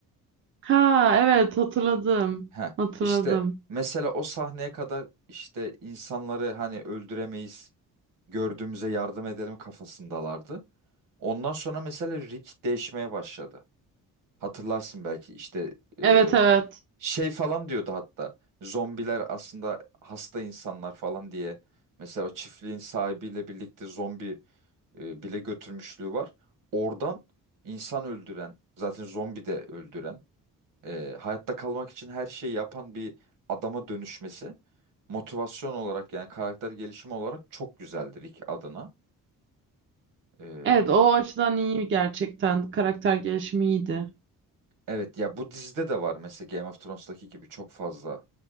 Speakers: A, on the right; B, on the right.
A: Ha evet hatırladım.
B: Heh.
A: Hatırladım.
B: İşte mesela o sahneye kadar işte insanları hani öldüremeyiz, gördüğümüze yardım edelim kafasındalardı. Ondan sonra mesela Rick değişmeye başladı. Hatırlarsın belki işte e,
A: Evet evet.
B: şey falan diyordu hatta. Zombiler aslında hasta insanlar falan diye. Mesela o çiftliğin sahibiyle birlikte zombi e, bile götürmüşlüğü var. Oradan insan öldüren, zaten zombi de öldüren, e, hayatta kalmak için her şeyi yapan bir adama dönüşmesi motivasyon olarak yani karakter gelişimi olarak çok güzeldi Rick adına. E,
A: Evet o açıdan iyi gerçekten. Karakter gelişimi iyiydi.
B: Evet ya bu dizide de var mesela Game of Thrones'taki gibi çok fazla